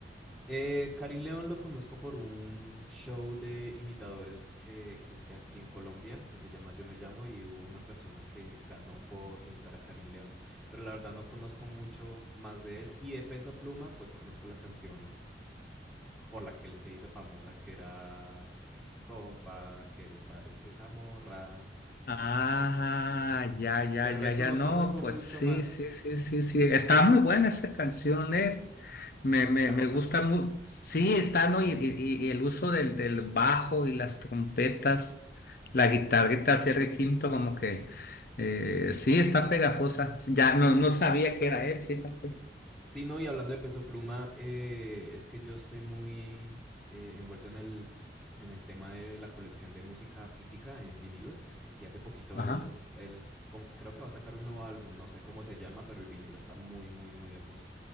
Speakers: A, in the centre; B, on the left.
A: Eh, Karim León lo conozco por un show de imitadores que existe aquí en Colombia, que se llama Yo Me Llamo, y hubo una persona que ganó por imitar a Karim León. Pero la verdad no conozco mucho más de él. Y de Peso Pluma, pues conozco la canción por la que él se hizo famosa, que era compa, ¿qué le parece esa morra?
B: Ah, ya, ya,
A: Del resto
B: ya, ya,
A: no
B: no,
A: conozco
B: pues
A: mucho
B: sí,
A: más.
B: sí, sí, sí, sí, está muy buena esa canción, eh. Me,
A: Es
B: me,
A: pegajosa.
B: me gusta muy, sí, está, ¿no? Y, y- y el uso del, del bajo y las trompetas, la guitarrita cierre quinto, como que, eh, sí, está pegajosa, ya, no, no sabía que era él, fíjate.
A: Sí, no, y hablando de peso pluma, eh, es que yo estoy muy eh, envuelto en el, en el tema de la colección de música física en vinilos. Y hace poquito
B: Ajá.
A: él, él como- creo que va a sacar un nuevo álbum, no sé cómo se llama, pero el vinilo está muy, muy, muy hermoso.